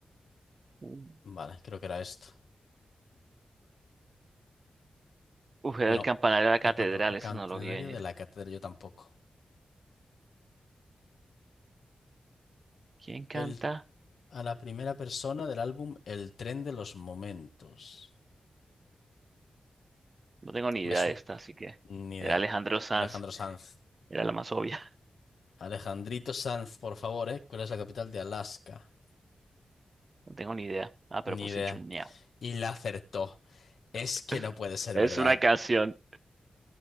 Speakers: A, on the right (about 45°); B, on the left (about 75°).
A: Mm.
B: Vale, creo que era esto.
A: Uf, era
B: No.
A: el campanario de la catedral,
B: El, campo- el
A: eso
B: campanario
A: no lo vi venir.
B: de la catedral, yo tampoco.
A: ¿Quién canta?
B: El, a la primera persona del álbum El tren de los momentos.
A: No tengo ni
B: Me,
A: idea
B: su-
A: de esta, así que
B: Ni idea.
A: era Alejandro Sanz,
B: Alejandro Sanz.
A: era la más obvia. <laughs>
B: Alejandrito Sanz, por favor, ¿eh? ¿Cuál es la capital de Alaska?
A: No tengo ni idea. Ah, pero
B: Ni
A: puse
B: idea.
A: Juneau.
B: Y la acertó. Es
A: <laughs>
B: que no puede ser
A: Es
B: verdad.
A: una canción.